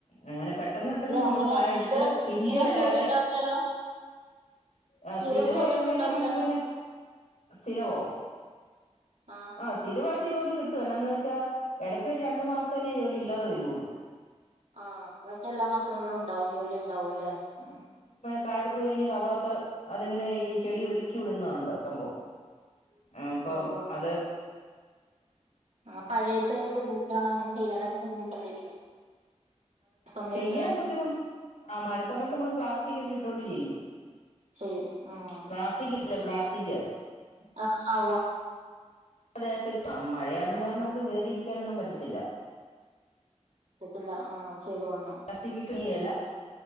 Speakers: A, on the left (about 85°); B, on the right (about 70°).
A: അങ്ങനെ പെട്ടെന്ന് പെട്ടെന്ന് നമ്മള്
B: അങ്ങനെ
A: കായ
B: സ്ഥിരം
A: എടുത്ത് പിഞ്ച
B: സ്ഥിരം
A: വരാതെ
B: ജോലി ഉണ്ടാവില്ലല്ലോ
A: ആ
B: സ്ഥിരം
A: സ്ഥിരായിട്ടന്ന്
B: ജോലിയൊന്നും
A: വെച്ചാ
B: ഉണ്ടാവില്ലല്ലോ
A: നമുക്ക് പിന്നെ സ്ഥിരവോ
B: ആഹ്
A: ആഹ സിര ഒരുപട്ട് ജോലിട്ടും എന്നാന്ന് വെച്ചാൽ ഇടയ്ക്ക് ഒരു രണ്ട മാസേ ജോലി ഇല്ലതെ വരുയുള്ളൂ
B: ആഹ ബാക്കക്ക് എല്ലാ മാസങ്ങളിലും ഉണ്ടാവും ജോലി ഉണ്ടാവും അല്ലെ ഉ
A: കായടുപ്പ് കഴിഞ്ഞ് കപാത്ത് അതിങ്ങനെ ഈ ചെടി ഒരുക്കി വിടുന്നണ്ട് സംഭവം ആ അപ്പൊ
B: ആഹ്
A: അത്
B: ആ പഴയത്തൊക്കെ ബുദ്ധിമുട്ടാണ് അനെ ചെയ്യാനൊക്കെ ബുദ്ധിമുട്ടല്ലായിരിക്കും സമയത്ത്
A: ചെയ്യാൻ ബുദ്ധിമുട്ട ആ മഴ സമയത്ത് നമ്മള് പ്ലാസ്റ്റിക് ഒക്കെ ഇട്ടോണ്ടിരിക്ക ചെയ്യും
B: ചെയ്യും ഉ
A: പ്ലാസ്റ്റിക് ഇല്ലേ
B: ആ
A: പ്ലാസ്റ്റിക്
B: ആ
A: അതെെ് ആ മഴയാന്ന്
B: ആഹ്
A: പറഞ്ഞ നുക്ക് കേയറിയിരിക്കും ാനൊന്നും പറ്റത്തില്ല
B: ഇഷ്ടത്തില്ല ആ ചെയ്ത കൊടണം
A: പ്ലാസ്റ്റക്ിട്ടുംല